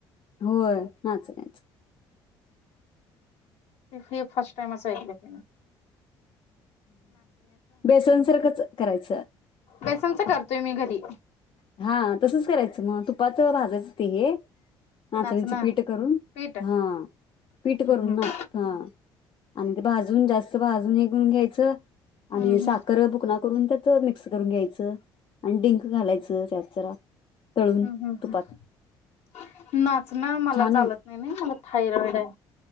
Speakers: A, on the left; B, on the left.
A: होय नाचण्याचं
B: ते फे फर्स्ट टाईमच ऐकलय तीन
A: बेसनसारखंच करायचं
B: बेसनच करतोय मी घरी
A: हा तसच करायचं म तुपात भाजायचं ते हे नाचणीचं
B: नाचणं
A: पीठ करून,
B: पीठ
A: हा पीठ
B: हम्म
A: करून
B: हम्म
A: ना हा आणि ते भाजून जास्त भाजून हे करून घ्यायचं आणि
B: हम्म
A: साखर भुकणा करून त्यात मिक्स करून घ्यायचं आणि डिंक घालायचं त्यात जरा तळून
B: हम्म हम्म
A: तुपात
B: हम्म. नाचणं मला
A: छान
B: चालत
A: होत
B: नाही नई मला थायरॉइड हाय.